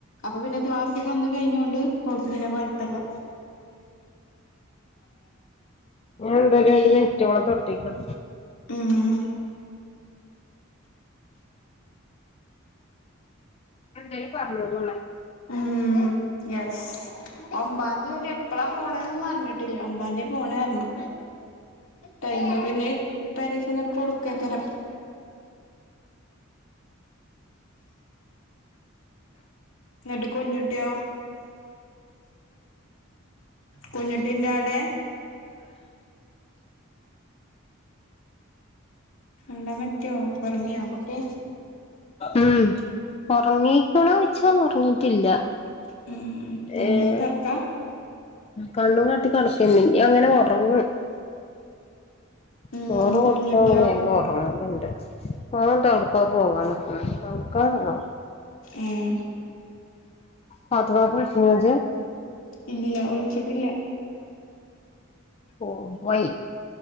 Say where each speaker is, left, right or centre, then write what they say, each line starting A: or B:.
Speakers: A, on the left; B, on the left.
A: അപ്പൊ പിന്നെ ക്ലാസ് ഒക്കെ വന്ന് കഴിഞ്ഞോണ്ട് അവർക്ക് പിന്നെ കുഴപ്പില്ല
B: ഞാൻ എന്തായാലും ഒരു മിനിറ്റ് ഓളെ തൊട്ടി കെട
A: ഉം
B: എന്തേലും പറഞ്ഞോളു
A: ഉം യെസ് ഒമ്പാം തീയതി എപ്പഴാ പോണെന്നൊന്നും പറഞ്ഞിട്ടില്ല ഒമ്പതാം തീയതി പോണേന്ന് പറഞ്ഞു ടൈമൊക്കേ ഇനി ഏകദേശം കൊടുക്കേക്കരാ എന്നിട്ട് കുഞ്ഞൂട്ടിയോ കുഞ്ഞൂട്ടിന്റെ അവിടെ മിണ്ടാൻ പറ്റോ ഉറങ്ങിയാ കുട്ടി
B: ഉം ഉറങ്ങിക്കണോ വെച്ചാ ഉറങ്ങീട്ടില്ല
A: ഉം അങ്ങനത്തെ
B: ഏഹ്
A: ഉറക്കാ
B: കണ്ണും കാട്ടി കിടക്കന്നെ ഇനി അങ്ങനെ ഉറങ്ങും
A: ഉം
B: ചോറ് കൊടുത്താ
A: കുഞ്ഞുട്ടിയോ
B: അവള് വേഗം ഒറ ആഹ് ഇവ്ടുണ്ട് ഓന് ദേ എവടേക്കൊ പോവാ നിക്കണ് എവ്ടേക്കാന്തോ
A: ഉം
B: പാത്തുമ്മാക്ക് വിളിച്ചീനോ ഇജ്ജ്
A: ഇല്ല വിളിച്ചിട്ടില്ല
B: ഓ വൈ